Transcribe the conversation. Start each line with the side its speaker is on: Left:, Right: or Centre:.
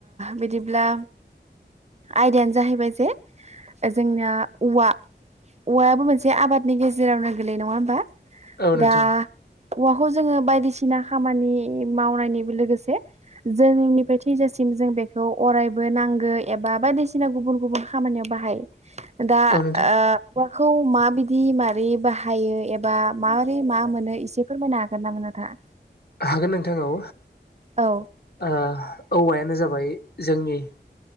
Right: बिदिब्ला आयदायानो जाहैबाय जे जोंना औवा। औवायाबो मोनसे आबादनि गेजेरावनो गोलैयो नङा होमबा।
Left: औ नोंथां
Right: दा औवा खौ जोङो बायदिसिना खामानि मावनायनि लोगोसे जोनोमनिफ्राय थैजासिम जों बेखौ अरायबो नांगो एबा बायदिसिना गुबुन गुबुन खामानियाव बाहाय। दा
Left: औ नोंथां
Right: <unintelligible> मा बि जि मारै बाहायो एबा माबारै मा मोनो एसे फोरमायनो हागोन नामा नोंथाङा?
Left: हागोन नोंथां औ
Right: औ।
Left: ओ औवायानो जाबाय जोंनि